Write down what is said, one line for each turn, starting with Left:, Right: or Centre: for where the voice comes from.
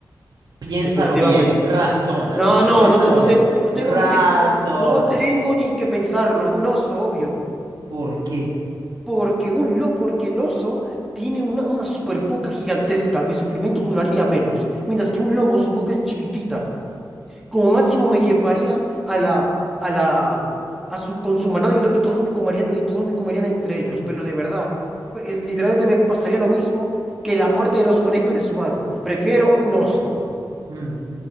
Right: Piénsalo
Centre: definitivamente.
Right: bien, razona,
Centre: No,
Right: no, no,
Centre: no,
Right: piénsalo
Centre: no, no no
Right: bien,
Centre: tengo, no
Right: razona.
Centre: tengo ni pens- no no tengo ni que pensarlo. Un oso, obvio.
Right: ¿Por qué?
Centre: Porque, un lo, porque el oso tiene una, una super boca gigantesca. Mi sufrimiento duraría menos. Mientras que un lobo, su boca es chiquitita. Como máximo me llevaría a la, a la, a su, con su manada y, lo- y todos me comerían, y todos me comerían entre ellos. Pero de verdad, es, literalmente me pasaría lo mismo que la muerte de los conejos de Subaru. Prefiero un oso.
Right: Mm,